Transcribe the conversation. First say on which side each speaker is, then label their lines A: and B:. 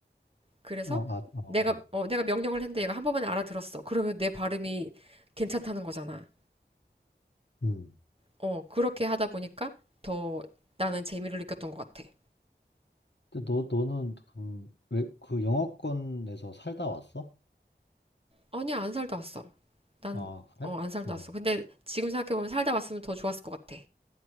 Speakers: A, on the right; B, on the left.
A: 그래서
B: 어, 아, 어,
A: 내가
B: 어.
A: 어, 내가 명령을 했는데 얘가 한 번만에 알아들었어. 그러면 내 발음이 괜찮다는 거잖아.
B: 음.
A: 어, 그렇게 하다 보니까 더 나는 재미를 느꼈던 것 같아.
B: 근데 너, 너는 그, 왜, 그 영어권에서 살다 왔어?
A: 아니, 안 살다 왔어. 난,
B: 아, 그래?
A: 어, 안 살다
B: 어,
A: 왔어. 근데 지금 생각해보면 살다 왔으면 더 좋았을 것 같아.